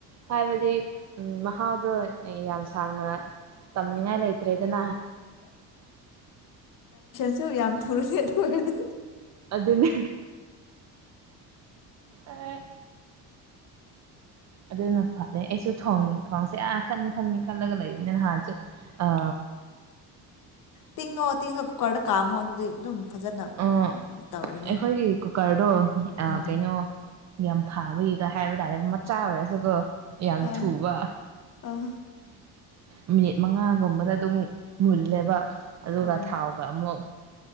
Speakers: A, on the right; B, on the left.
A: ꯍꯥꯏꯕꯗꯤ ꯃꯍꯥꯎꯗꯣ ꯌꯥꯝ ꯁꯥꯡꯅ ꯇꯝꯅꯤꯡꯉꯥꯏ ꯂꯩꯇꯦ ꯏꯠꯇꯦꯗꯅ
B: ꯁ ꯌꯥꯝ ꯊꯨꯔꯂ ꯑꯗꯨ ꯑꯣꯏꯔꯗꯤ
A: ꯑꯗꯨ ꯑꯗꯨꯅꯦ ꯑ ꯑꯗꯨꯅ ꯐꯔꯦ ꯑꯩꯁꯨ ꯊꯣꯡꯁꯦ ꯑ ꯈꯟ ꯈꯟ ꯈꯜꯂꯒ ꯂꯩꯕꯅꯤꯅ ꯅꯍꯥꯟꯁꯨ ꯑ
B: ꯇꯤꯉꯣ ꯇꯤꯉ ꯀꯠ ꯀꯥꯃꯣ ꯑꯗꯨꯗꯤ ꯑꯗꯨꯝ ꯐꯖꯅ
A: ꯑꯣ
B: ꯇꯧꯔꯅꯤ
A: ꯑꯩꯈꯣꯏꯒꯤ ꯀꯨꯀꯔꯗꯣ
B: ꯎꯝ
A: ꯀꯩꯅꯣ ꯌꯥꯝ ꯐꯥꯕꯒꯤꯒ ꯍꯥꯏꯕ ꯍꯥꯏꯇꯥꯔꯦ ꯃꯆꯥ ꯑꯣꯏꯔꯁꯨꯀꯣ ꯌꯥꯝ
B: ꯑꯥ
A: ꯊꯨꯕ
B: ꯑꯥ
A: ꯎ ꯃꯤꯅꯤꯠ ꯃꯉꯥꯒꯨꯝꯕꯗ ꯑꯗꯨꯝ ꯃꯨꯜꯂꯦꯕ ꯑꯗꯨꯒ
B: ꯑꯣ
A: ꯊꯥꯎꯒ ꯑꯃꯨꯛ